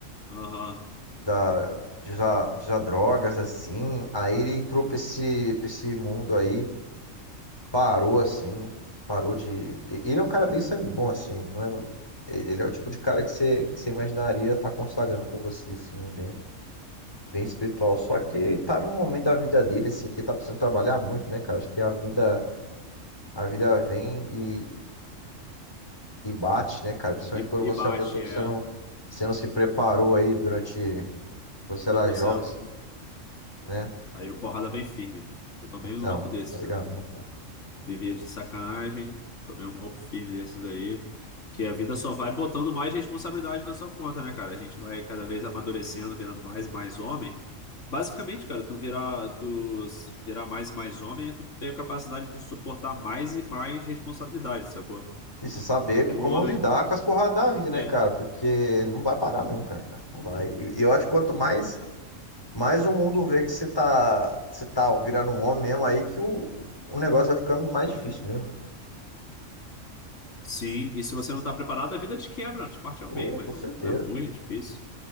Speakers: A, on the left (about 70°); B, on the left (about 20°).
A: Aham.
B: da, de usar, de usar drogas, assim. Aí ele entrou pra esse, pra esse mundo aí, parou, assim, parou de... e- Ele é um cara bem sangue bom, assim, não é... mu- e- Ele é o tipo de cara que você, que você imaginaria estar consagrando com você, assim, bem, bem espiritual. Só que tá num momento da vida dele, assim, que ele tá precisando trabalhar muito, né, cara? Acho que a vida A vida vem e, e bate, né, cara? Principalmente
A: E,
B: quando
A: e
B: você
A: bate,
B: é uma pessoa que
A: é.
B: você não, você não se preparou aí durante, quando você
A: Quando
B: era
A: você.
B: jovem, assim, né?
A: Aí o porrada vem firme. Eu tomei
B: Então,
A: um golpe desses
B: tá ligado,
A: também.
B: né?
A: Vivia de sacanagem. Tomei um golpe firme desses aí. Que a vida só vai botando mais responsabilidade na sua conta, né, cara? A gente vai cada vez amadurecendo, virando mais e mais homem. Basicamente, cara, tu virar, tu s- virar mais e mais homem, é tu tem a capacidade de suportar mais e mais responsabilidade, sacou?
B: E se saber
A: Pega
B: como
A: um homem.
B: lidar com as porradas da vida, né,
A: É.
B: cara? Porque não vai parar nunca, né, cara? Não vai. E e eu acho que quanto mais, mais o mundo vê que você tá, que você tá virando um homem mesmo aí, que o, o negócio vai ficando mais difícil mesmo. né?
A: Sim, e se você não tá preparado, a vida te quebra, te parte ao
B: Pô,
A: meio, mas
B: com
A: não.
B: certeza.
A: É ruim, é difícil.